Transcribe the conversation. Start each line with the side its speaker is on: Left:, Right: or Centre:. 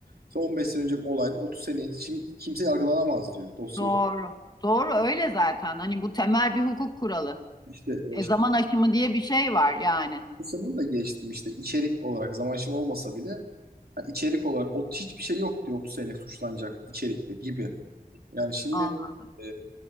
Right: işte 15 sene önceki olaydan 30 sene önce kim- kimse yargılanamaz diyor dosya
Left: Doğru.
Right: ok-
Left: Doğru öyle zaten. Hani bu temel bir hukuk kuralı.
Right: İşte e,
Left: E,
Right: şimdi
Left: zaman aşımı diye bir şey var yani.
Right: dosya bunu da geçtim işte içerik olarak zaman şimdi olmasa bile Yani içerik olarak o hiçbir şey yok diyor 30 sene suçlanacak içerikte gibi. Yani şimdi
Left: Anladım.
Right: e,